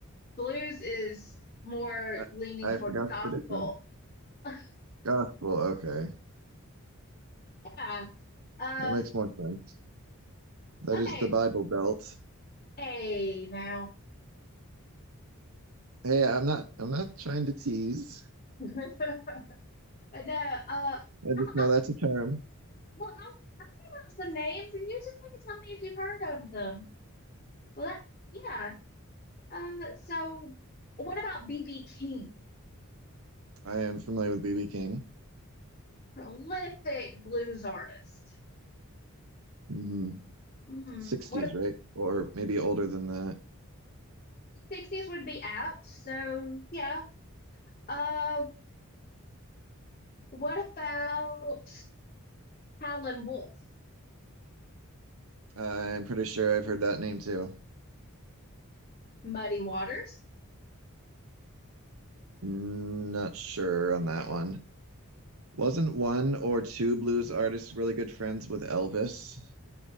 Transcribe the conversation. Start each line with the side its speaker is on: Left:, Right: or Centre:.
Left: blues is more
Right: I,
Left: leaning
Right: I
Left: toward
Right: forgot
Left: gospel.
Right: the difference.
Left: <laughs>
Right: Gospel, okay.
Left: Yeah. Uh,
Right: That makes more sense. That
Left: okay.
Right: is the Bible Belt.
Left: Hey, now. <laughs>
Right: Hey, I'm not I'm not trying to tease.
Left: No, uh, I, I
Right: I
Left: was,
Right: just know that's a term.
Left: well, I was, I was thinking about some names, and you're just going to tell me if you've heard of them. Well, that, yeah. Uh, so what about B.B. King?
Right: I am familiar with BB King.
Left: Prolific blues artist.
Right: hmm
Left: Hmm.
Right: 60s,
Left: what about
Right: right? Or maybe older than that.
Left: 60s would be apt. So, yeah. Uh, what about Howlin' Wolf?
Right: I'm pretty sure I've heard that name too.
Left: Muddy Waters?
Right: Mm, Not sure on that one. Wasn't one or two blues artists really good friends with Elvis?